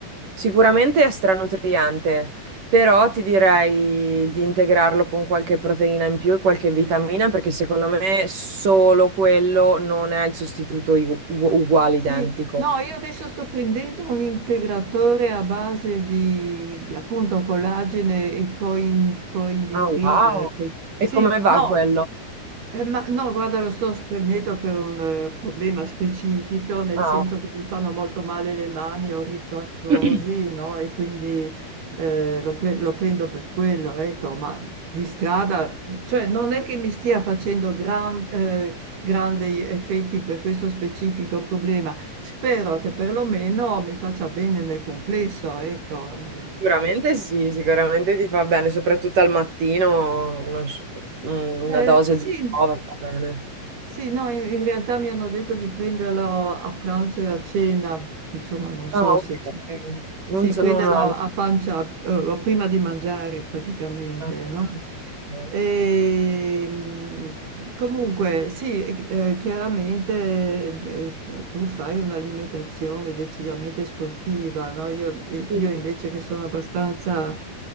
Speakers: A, on the right (about 55°); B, on the right (about 80°).
A: sicuramente è stranutriente, però ti direi di integrarlo con qualche proteina in più e qualche vitamina, perché secondo me solo quello non è il sostituto igu- uguale,
B: Sì,
A: identico.
B: no, io adesso sto prendendo un integratore a base di, di, appunto collagene e coin, coinditrina.
A: Ah, wow.
B: coi- Sì,
A: E come va
B: no,
A: quello?
B: eh, ma no, guarda, lo sto prendendo per un eh, problema specifico, nel
A: Ah,
B: senso
A: ok.
B: che mi fanno molto male le mani, ho rizoartrosi,
A: <clears throat>
B: no? E quindi eh, lo, pre- lo prendo per quello, ecco, ma di strada, cioè non è che mi stia facendo gran- eh, grandi effetti per questo specifico problema. Spero che perlomeno mi faccia bene nel complesso, ecco. eh.
A: Sicuramente sì, sicuramente ti fa bene, soprattutto al mattino uno sh- un- una
B: Eh,
A: dose
B: sì.
A: di prova fa bene.
B: Sì, no, in, in realtà mi hanno detto di prenderlo a pranzo e a cena, insomma, non so
A: Ah, ok.
B: se ci
A: Non
B: si
A: so,
B: prendono
A: non ho la-
B: a a pancia eh, prima di mangiare praticamente,
A: Ah,
B: no?
A: ok.
B: E, mh, comunque, sì, eh, chiaramente eh, eh, tu fai un'alimentazione decisamente sportiva, no? Io,
A: Sì.
B: io invece che sono abbastanza